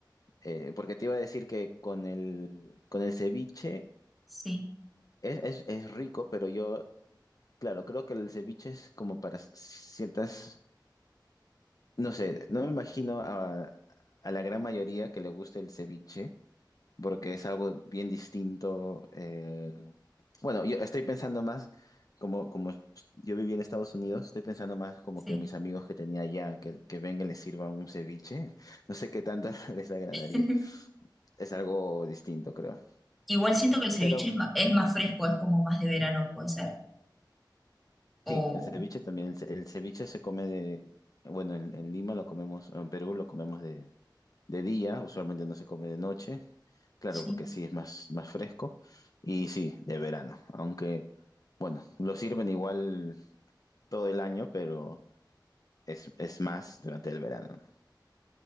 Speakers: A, on the left; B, in the centre.
A: Eh, porque te iba a decir que con el, con el ceviche
B: Sí,
A: es, es es rico, pero yo Claro, creo que el ceviche es como para ciertas, no sé, no me imagino a, a la gran mayoría que le guste el ceviche, porque es algo bien distinto. eh, Bueno, yo estoy pensando más, como, como yo viví en Estados Unidos, estoy pensando más como
B: sí.
A: que mis amigos que tenía allá, que, que vengan y les sirva un ceviche, no sé qué tanto <laughs> les agradaría.
B: <laughs>
A: Es algo distinto, creo.
B: Igual siento que el ceviche
A: Pero
B: es más, es más fresco, es como más de verano, puede ser.
A: sí,
B: O
A: el ceviche también, el, ce- el ceviche se come de, bueno, en en Lima lo comemos, en Perú lo comemos de de día, usualmente no se come de noche, claro,
B: sí.
A: porque así es más, más fresco, y sí, de verano, aunque, bueno, lo sirven igual todo el año, pero es, es más durante el verano, ¿no?